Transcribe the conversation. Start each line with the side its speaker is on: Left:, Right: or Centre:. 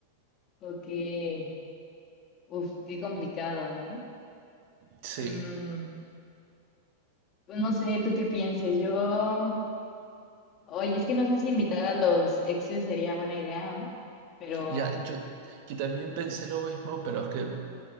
Left: ok. Uf, qué complicado, ¿eh?
Right: Sí,
Left: Mm, pues no sé, ¿tú qué pienses? Yo, oye, es que no sé si invitar a los exes sería buena idea, pero
Right: ya, yo, yo también pensé lo mismo, pero es que